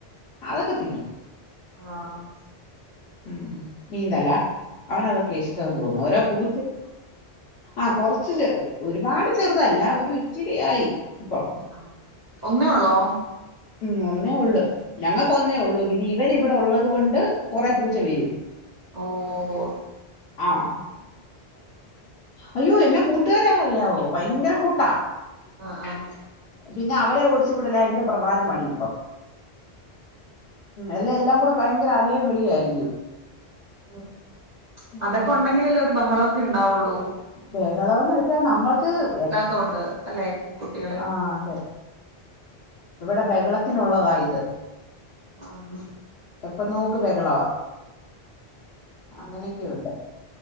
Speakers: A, on the left (about 75°); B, on the right (about 45°).
A: അതൊക്കെ തിന്നും
B: ആഹ്
A: ഉം മീൻതല അവനതൊക്കെ ഇഷ്ട്ടംന്ന് തോന്നുന്നു ഓരോ പൂച്ച- ആഹ് കൊറച്ച് ചെറു ഒരുപാട് ചെറുതല്ല ഒരു ഇച്ചിരി ആയി ഇപ്പം
B: ആഹ് ഒന്നേ ഉള്ളോ
A: ഉം ഒന്നേ ഉള്ള് ഞങ്ങക്ക് ഒന്നേ ഉള്ളൂ പിന്നെ ഇവന് ഇവടെ ഉള്ളത് കൊണ്ട് കൊറെ പൂച്ച വരും
B: ഓഹ്
A: ആഹ് അയ്യോ എന്നാ കൂട്ടുകാരാന് അറിയാവോ ഭയങ്കര കൂട്ടാ
B: ആഹ് ആഹ്
A: പിന്നെ അവരെ ഓടിച്ചു വിടല എന്റെ പ്രധാന പണി ഇപ്പം എല്ല എല്ലാം കൂടെ ഭയങ്കര അലയും വിളിയായിരിക്കും
B: ഉം
A: ഉം.
B: അതൊക്കെ ഒണ്ടെങ്കിലല്ലേ ഒരു ബഹളവോക്കെ ഇണ്ടാവുള്ളൂ
A: ബഹളം എന്ന് വെച്ചാ നമ്മൾക്ക് എ
B: തോണ്ട് അല്ലെ കുട്ടികൾ
A: ആഹ് അതെ ഇവിടെ ബഹളത്തിനുള്ളതാ ഇത്
B: ആഹ് ആഹ്
A: എപ്പ നോക്ക് ബഹളവാ അങ്ങനെക്കെ ഒണ്ട്